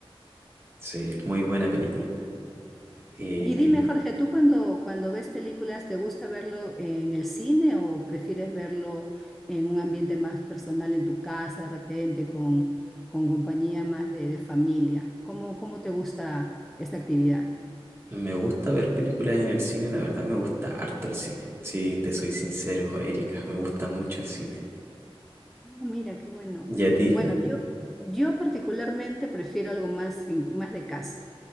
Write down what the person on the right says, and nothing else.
sí, muy buena película. Y
me gusta ver películas en el cine, la verdad me gusta harto el cine. Si te soy sincero, Erika, me gusta mucho el cine.
¿Y a ti?